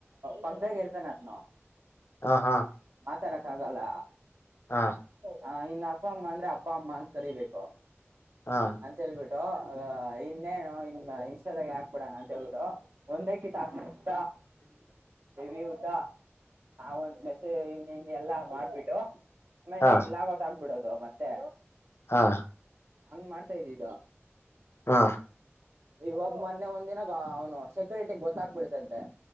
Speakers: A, on the right (about 55°); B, on the left (about 60°).
A: ಪಕ್ಕದಾಗ ಇರ್ತೇನೆತ್ ನ.
B: ಹಾ ಹಾ
A: ತರಕ್ಕ ಆಗಲ್ಲ.
B: ಹಾ
A: ಹ ಇನ್ನ ಅಪ್ಪ ಅಮ್ಮ ಅಂದ್ರೆ ಅಪ್ಪ ಅಮ್ಮ ಅಂತ ಕರಿಬೇಕು
B: ಹಾ
A: ಅಂತ ಹೇಳ್ಬಿಟ್ಟು. ಅ ಇನ್ನೇನು ಇನ್ ಇಷ್ಟದಾಗೆ ಹಾಕ್ಬಿಡಣ ಅಂತ ಹೇಳ್ಬಿ ಒಂದೇಕ್ಕಿಂತ ಅಷ್ಟುಷ್ಟ.
B: ಹ್ಮ
A: <unintelligible> ಹ ಒಂದು ಮೆಸೇಜ್ ಇನ್ನ ಇನ್ ಎಲ್ಲ ಮಾಡ್ಬಿಟ್ಟು ಆಮೇಲೆ
B: ಹಾ
A: ಲಾಗಔಟ್ ಆಗ್ಬಿಡೋದು. ಅದು ಮತ್ತೆ.
B: ಹಾ.
A: ಹಂಗ್ ಮಾಡ್ತಾ ಇದ್ದಿ
B: ಹಾ
A: ಇವಾಗ ಮೊನ್ನೆ ಒಂದ್ನಾಗ ಅವ್ನು ಸೆಕ್ಯೂರಿಟಿ ಗೊತ್ತಾಗಬಿಡ್ತಂತೆ